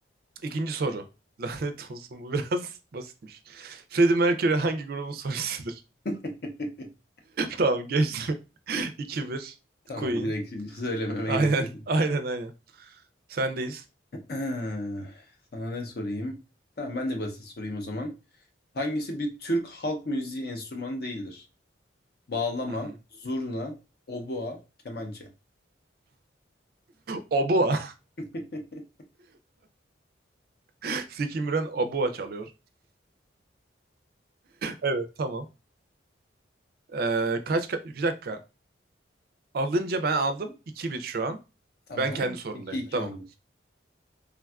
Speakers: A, on the right (about 50°); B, on the left (about 55°).
A: İkinci soru. <laughs> Lanet olsun bu biraz <laughs> basitmiş. Freddie Mercury hangi grubun solistidir?
B: <laughs>
A: Tamam geçti. <laughs> iki bir
B: Tamam
A: Queen.
B: direkt söylememe
A: Aynen
B: gerek yok.
A: aynen aynen. Sendeyiz.
B: Eee, Sana ne sorayım? Tamam ben de basit sorayım o zaman. Hangisi bir Türk halk müziği enstrümanı değildir? Bağlama,
A: Hı hı.
B: zurna, obua, kemençe.
A: Obua.
B: <laughs>
A: <laughs> Zeki Müren Obua çalıyor. Evet tamam. Ee, kaç, ka- bir dakika. Alınca ben aldım. iki bir şu an.
B: Tamam.
A: Ben kendi sorumdayım.
B: iki iki
A: Tamam.
B: oldu.